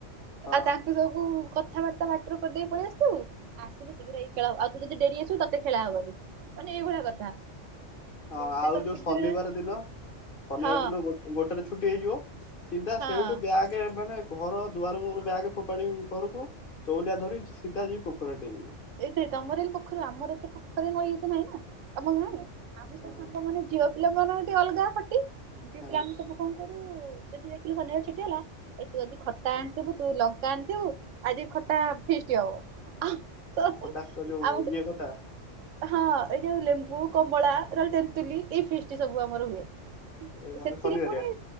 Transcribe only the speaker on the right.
ତାଙ୍କୁ
ସବୁ କଥାବାର୍ତ୍ତା ବାଟରେ କରିଦେଇକି ପଳେଇ ଆସିଥିବୁ। ଆସିଲେ ଶୀଘ୍ର ଏଇ ଖେଳବ ଆଉ ତୁ ଯଦି ଡେରି ଆସିବୁ ତତେ ଖେଳା ହବନି ମାନେ ଏଇଳିଆ କଥା।
ସେ ସବୁ
ଶୀଘ୍ର
ହଁ
ହଁ।
ଏଇ ତେଇଁ ତମର ଏ ପୋଖରୀ ଆମର ଏତେ ପୋଖରୀ ନଈ ଏତେ ନାଇଁ ନା। ଆମ ଗାଁରେ
ଆମେ ସବୁ
ସାଙ୍ଗ ମାନେ ଝିଅ ପିଲା ମାନେ ଅଲଗା ଖଟି ଝିଅ
ପିଲା ଆମେ ସବୁ। ଅଗୁରୁ ଯଦି ଦେଖିଲୁ ଶନିବାରେ ଛୁଟି ହେଲା। ଏଇ ତୁ ଆଜି ଖଟା ଆଣିଥିବୁ ତୁ ଲଙ୍କା ଆଣିଥିବୁ ଆଜି ଖଟା ଫିଷ୍ଟି ହବ। ସବୁ
ଆଉ
ହଁ ଏ ଯଉ ଲେମ୍ବୁ, କମଳା, ର ତେନ୍ତୁଲି ଏଇ ଫିଷ୍ଟି ସବୁ ଆମର ହୁଏ।
ସେଥିରେ
ପୁଣି